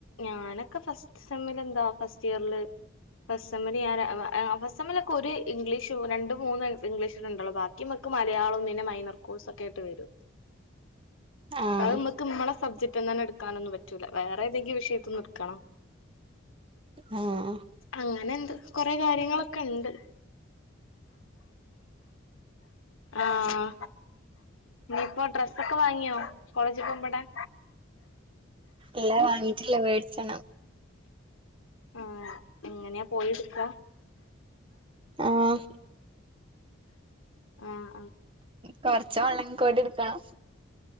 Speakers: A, on the left (about 80°); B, on the right (about 25°).
A: ഞാനൊക്കെ ഫസ്റ്റ് സെമ്മില് എന്താ ഫസ്റ്റ് ഇയറില് ഫസ്റ്റ് സെമ്മില് ഞാന് ഫസ്റ്റ് സെമ്മിലൊക്കെ ഒരു ഇംഗ്ലീഷ് രണ്ടു മൂന്ന് ഇംഗ്ലീഷ് ഉണ്ടോ ഭാ മക്ക് മലയാളം പിന്നെ മൈനർ കോഴ്സ് ഒക്കെ ആയിട്ട് വരും
B: <inaudible> ആഹ്
A: അത് നമക്ക് നമ്മടെ സബ്ജെക്ട് തന്നെ എടുക്കാനൊന്നും പറ്റില്ല റ്റൂല വേറെ ഏതെങ്കിലും വിഷയത്തിന്നുടുക്കണം
B: ആഹ് ആഹ്
A: അങ്ങനെ എന്ത് കൊറെ കാര്യങ്ങളൊക്കെ ഉണ്ട് ആഹ് ഇനിയിപ്പോ ഡ്രസ്സ് ഒക്കെ വാങ്ങിയോ കോളേജിൽ പോകുമ്പോടാൻ
B: ഇല്ലാ വാങ്ങിട്ടില്ലേ വേടിച്ചണം
A: ആഹ് എങ്ങനെയാ പോയി എടുക്ക
B: ആഹ്
A: ആഹ്
B: കൊറച്ച് ഓൺലൈൻ കൂടി എടുക്കണം